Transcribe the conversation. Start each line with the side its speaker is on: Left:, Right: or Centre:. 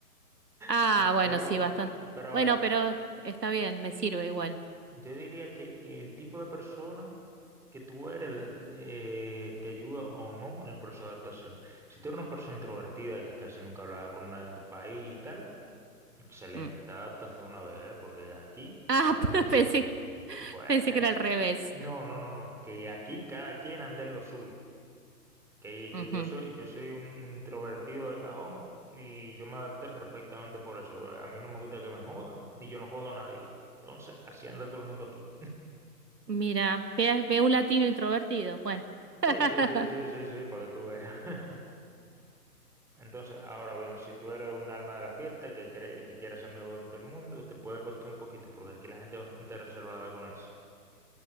Right: ah,
Centre: <laughs>
Right: bueno,
Centre: Pero,
Right: sí, bastante.
Centre: pero a
Right: Bueno,
Centre: ver,
Right: pero está bien, me sirve igual.
Centre: yo diría que el tipo de persona que tú eres de- de- eh, te ayuda o no en el proceso de adaptación. Si tú eres una persona introvertida que casi nunca hablaba con nadie en tu país y tal, excelente,
Right: Mm.
Centre: te adaptas de una vez, ¿eh? Porque aquí,
Right: Ah,
Centre: sinceramente
Right: <laughs> pensé.
Centre: Bueno,
Right: Pensé
Centre: eh,
Right: que era al revés.
Centre: no, no, no, no, que aquí cada quien anda en lo suyo, que,
Right: Ujú.
Centre: que yo soy, yo soy un, un introvertido de cajón y yo me adapté perfectamente por eso. A mí no me gusta que me jodan y yo no jodo a nadie. Entonces, así anda todo el mundo aquí.
Right: Mira, ve, ve un latino introvertido. Bueno. <laughs>
Centre: Sí, sí, sí, sí, sí, sí, para que tú veas. <laughs> Entonces, ahora bien, si tú eres un alma de la fiesta que cree, que quiere ser amigo de todo el mundo, te puede costar un poquito, porque aquí la gente es bastante reservada con eso.